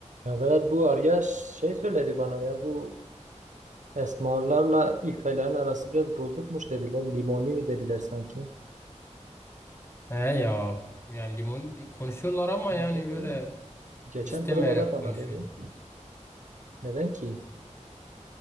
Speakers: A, on the right; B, on the left.
A: Evet bu arya şey söyledi bana ya bu esmarlarla ilk ayların arası biraz bozukmuş dediler. Limoni mi dediler sanki.
B: He ya yani limon konuşuyorlar ama
A: Ne
B: yani
A: oldu?
B: böyle
A: Geçen
B: istemeyerek
A: provada bana
B: konuşuyorlar.
A: dedi. Neden ki?